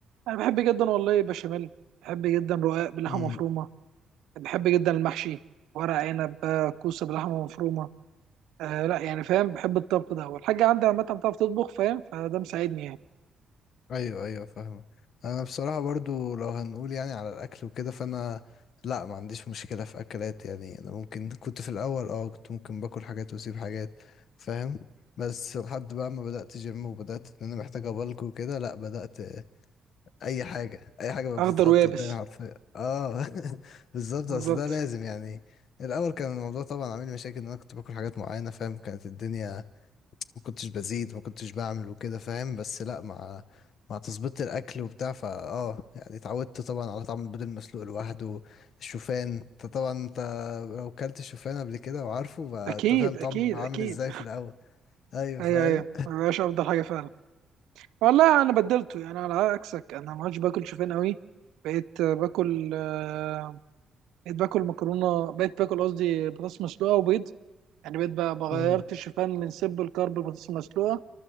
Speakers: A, on the right; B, on the left.
A: انا بحب جدا والله بشاميل بحب جدا رقاق بلحمه
B: امم
A: مفرومه بحب جدا المحشي ورق عنب آه، كوسه بلحمه مفرومه آه لا يعني فاهم بحب الطبخ ده والحاجه عندي عامه بتعرف تطبخ فاهم فده مساعدني يعني
B: ايوه ايوه فاهمه انا بصراحه برضو لو هنقول يعني على الاكل وكده فانا لا ما عنديش مشكله في اكلات يعني انا ممكن كنت في الاول اه كنت ممكن باكل حاجات واسيب حاجات فاهم بس لحد بقى ما بدات جيم وبدات ان انا محتاج ابلك وكده لا بدات اي حاجه اي حاجه بقى بتتحط
A: اخضر ويابس
B: قدامي حرفيا اه <laughs> بالظبط
A: بالظبط
B: بس ده لازم يعني الاول كان الموضوع طبعا عامل لي مشاكل ان انا كنت باكل حاجات معينه فاهم كانت الدنيا ما كنتش بزيد ما كنتش بعمل وكده فاهم بس لا مع مع تظبيط الاكل وبتاع فا اه يعني اتعودت طبعا على طعم البيض المسلوق لوحده الشوفان انت طبعا انت لو كلت الشوفان قبل كده وعارفه فانت
A: اكيد
B: فاهم
A: اكيد
B: طعم عامل
A: اكيد
B: ازاي في الاول ايوه
A: ايوه
B: فاهم
A: ايوه ما بقاش افضل حاجه فعلا والله انا بدلته يعني على عكسك انا ما عادش باكل شوفان قوي بقيت آه، باكل آه، بقيت باكل مكرونه بقيت باكل قصدي بطاطس مسلوقه وبيض يعني بقيت بقى بغيرت
B: مم.
A: الشوفان من سب الكرب البطاطس المسلوقه